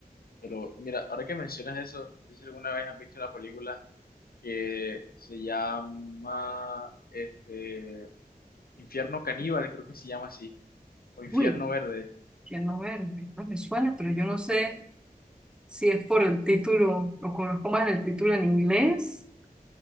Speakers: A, on the left (about 80°); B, in the centre.
A: Pero mira, ahora que mencionas eso, no sé si alguna vez has visto una película que se llama este, Infierno Caníbal, creo que se llama así, o Infierno
B: Uy,
A: Verde.
B: no Verde, pues me suena, pero yo no sé si es por el título, o conozco más el título en inglés.